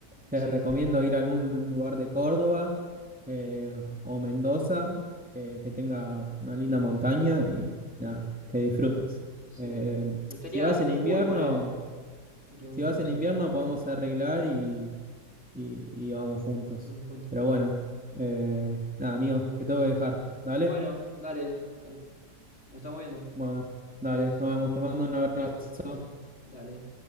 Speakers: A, in the centre; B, on the left.
A: te
B: Sí,
A: recomiendo
B: sí,
A: ir a algún lugar de Córdoba eh, o Mendoza que, que tenga una linda montaña y nada, que disfrutes.
B: sí.
A: Eh,
B: Me gustaría
A: si vas
B: Jujuy,
A: en invierno,
B: ponele. Estaría bueno
A: si vas
B: conocer
A: en invierno
B: también.
A: podemos arreglar y, y- y vamos juntos.
B: Vamos juntos,
A: Pero bueno, eh, nada, amigo,
B: sí.
A: te tengo que dejar. ¿Dale?
B: Bueno, dale, dale. Nos estamos viendo.
A: Bueno, dale,
B: Adiós.
A: nos vemos. Te mando un abrazo.
B: Dale.